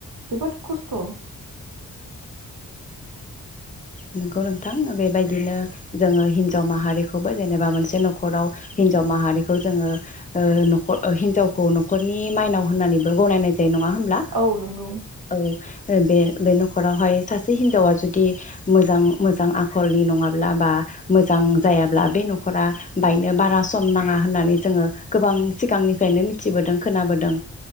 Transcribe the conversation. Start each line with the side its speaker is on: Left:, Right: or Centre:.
Right: जोबोद खस्थ
Left: नंगौ नोंथां बेबायदिनो जोङो हिनजाव माहारिखौबो जेनेबा मोनसे नख'राव हिनजाव माहारिखौ जोङो नखर हिनजावखौ नख'रनि माइनाव होननानैबो गनायनाय जायो नङा होन ल्बा
Right: औ नंगौ
Left: औ। बे बे न'खरावहाय सासे हिन्जावा जुदि मोजां मोजां आखलनि नङाब्ला बा मोजां जायाब्ला बे न'खरा बायनो बारा सम नाङा होननानै जोङो गोबां सिगांनिफ्रायनो मिथिबोदों खोनाबोदों